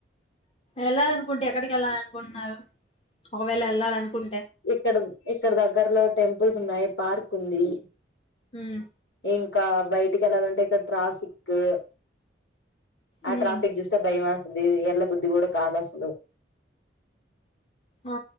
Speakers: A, on the left (about 30°); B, on the left (about 75°).
A: ఏళ్ళాలనుకుంటే ఎక్కడికి ఏళ్లల్ అనుకుంటున్నారు. ఒకవేళ ఏళ్ళాలనుకుంన్
B: ఇక్కడున్ ఇక్కడ దగ్గరలో టెంపుల్స్ ఉన్నాయి పార్క్ ఉంది.
A: ఉహ్
B: ఇంకా బయటికి ఏళ్లాలంటే ఇక్కడ ట్రాఫికు ఆ
A: ఉమ్
B: ట్రాఫిక్ జూస్తే భయం ఆస్తుది. ఎలా బుద్ధి కూడా కాదు అసలు.
A: ఆ